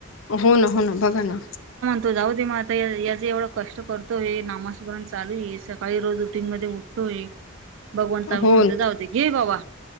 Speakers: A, on the left (about 70°); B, on the right (about 65°).
A: हो ना हो ना बघा ना.
B: तो जाऊ दे मग आता याच एवढं कष्ट करतोय, नामास्मरण चालू ए स सकाळी रोज रुटींग मध्ये उठतोय, भगवानता मी
A: हो
B: म्हणतोय
A: ना
B: जाऊ दे घे बाबा